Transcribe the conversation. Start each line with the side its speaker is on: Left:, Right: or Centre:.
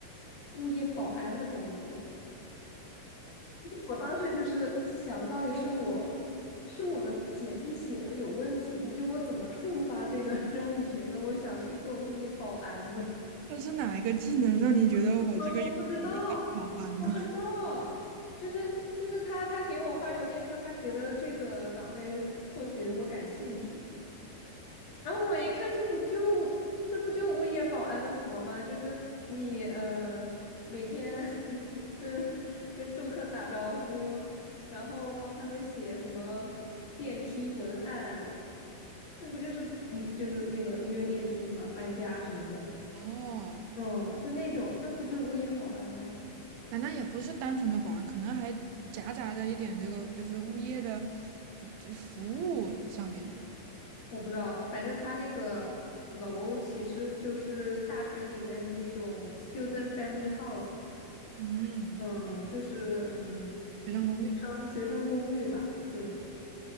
Left: 物业保安的工作。我当时就是想到底是我是我的简历写的有问题吗？就我怎么触发这个，<laughs> 让你觉得我想去做物业保安呢？
Right: 这是哪一个技能让你觉得我这个有
Left: <laughs> 我我不知道，
Right: 保安呢？
Left: 我不知道，就是就是他他给我发邮件说他觉得这个岗位或许我感兴趣，然后我一看，这不就这不就物业保安的活吗？就是你呃每天 <laughs> 跟跟住客打招呼，然后帮他们写什么电梯文案，那不就是约就是那个约电梯吗？搬家什么的，
Right: <laughs> 哦，
Left: 嗯，就那种，那不就是物业保安吗？
Right: 啊，那也不是单纯的保安，可能还夹杂着一点这个就是物业的这服务上面的。
Left: 我不知道，反正他那个楼其实就是大学里面的那种 student family house。
Right: 嗯，
Left: 嗯，就是嗯，
Right: 学生公寓，
Left: 学生学生公寓吧，对，